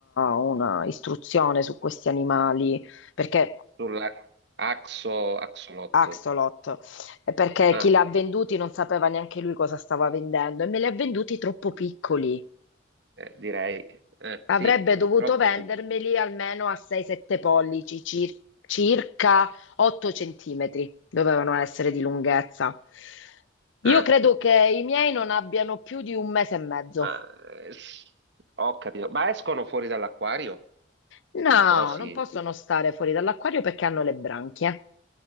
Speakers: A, on the left (about 70°); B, on the right (about 60°).
A: una istruzione su questi animali, perché
B: sulla axo, axolot.
A: Axolot, eh, perché
B: Ah,
A: chi li ha venduti non sapeva neanche lui cosa stava vendendo e me li ha venduti troppo piccoli.
B: eh, direi, eh, sì,
A: Avrebbe dovuto
B: troppo
A: vendermeli
B: piccolo.
A: almeno a 6-7 pollici, cir- circa 8 centimetri dovevano essere di lunghezza.
B: Ah,
A: Io credo che i miei non abbiano più di un mese e mezzo.
B: ma, eh, s- ho capito. Ma escono fuori dall'acquario?
A: No,
B: Sti cosi,
A: non possono stare fuori dall'acquario perché hanno le branchie.